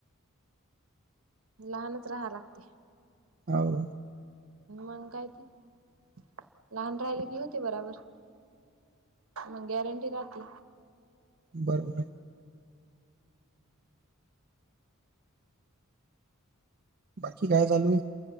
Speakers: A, on the right (about 70°); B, on the right (about 45°).
A: लहानच राहा लागते.
B: हाव.
A: मग कायत लहान राहिले की होते बराबर. मग गॅरंटी राहती.
B: बरोबर. बाकी काय चालू आहे?